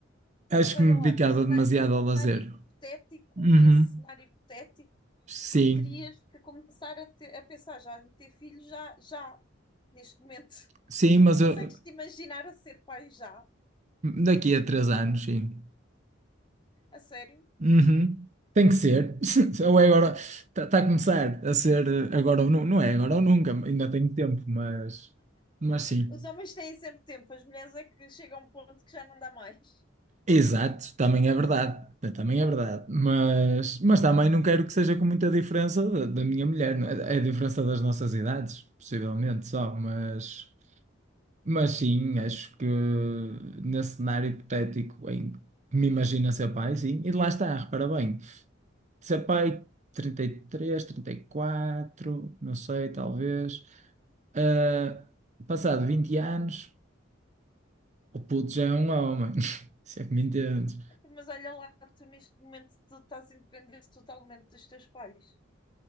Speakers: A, on the right; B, on the left.
A: Acho
B: Mas olha
A: que me
B: lá,
A: dedicava
B: no cena-
A: demasiado
B: nesse
A: ao lazer.
B: cenário hipotético,
A: Uhum.
B: nesse cenário hipotético,
A: Sim,
B: tu terias que começar a, ter- a pensar já em ter filhos já, já, neste momento. <laughs>
A: sim, mas
B: Consegues
A: eu-
B: te imaginar a ser pai já?
A: daqui a três anos, sim.
B: A sério?
A: Uhum. Tem que ser. <laughs> Ou é agora, está a começar a ser eh, agora ou nu- não, é agora ou nunca, ainda tenho tempo, mas, mas sim.
B: Os homens têm sempre tempo, as mulheres é que chegam a um ponto que já não dá mais.
A: Exato, também é verdade. Também é verdade. Mas, mas também não quero que seja com muita diferença da, da minha mulher. não É É a diferença das nossas idades, possivelmente só. Mas, mas sim, acho que nesse cenário hipotético em que me imagino a ser pai, sim. E lá está, repara bem. Ser pai trinta trinta e três, trinta e quatro, não sei, talvez. Ah, passado 20 anos, o puto já é um homem. <laughs> Se é que me entendes.
B: <laughs> Mas olha lá, tu neste momento tu estás independente totalmente dos teus pais.